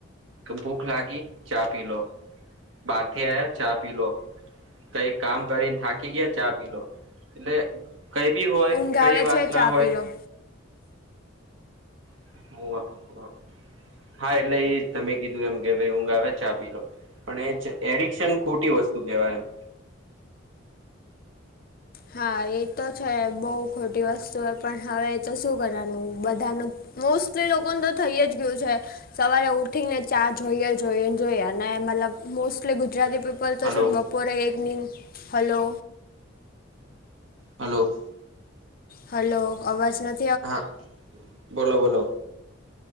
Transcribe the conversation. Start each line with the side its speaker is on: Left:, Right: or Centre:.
Right: કે ભૂખ લાગી ચા પી લો. બારથી આયા ચા પી લો, તો એક કામ કરીને થાકી ગયા ચા પી લો. એટલે કંઈ બી હોય,
Left: ઊંઘ
Right: કંઈ
Left: આવે
Right: વાત
Left: છે
Right: ના
Left: ચા
Right: હોય
Left: પી લો
Right: <unintelligible> હા એટલે ઈ જ, તમે કીધું એમ કે ભાઈ ઊંઘ આવે ચા પી લો, પણ એ જ એડિક્શન ખોટી વસ્તુ કહેવાય એમ.
Left: હા એ તો છે. બહું ખોટી વસ્તુ હે પણ હવે એ તો શું કરવાનું. બધાનું મોસ્ટલી લોકોને તો થઈ જ ગયું છે સવારે ઉઠી ને ચા જોઈએ, જોઈએ ને જોઈએ, અને મતલબ મોસ્ટલી ગુજરાતી પીપલ તો
Right: હલો
Left: છે ને બપોરે એક નીંદ, હલો?
Right: હલો.
Left: હલો, અવાજ નથ
Right: હા, બોલો-બોલો.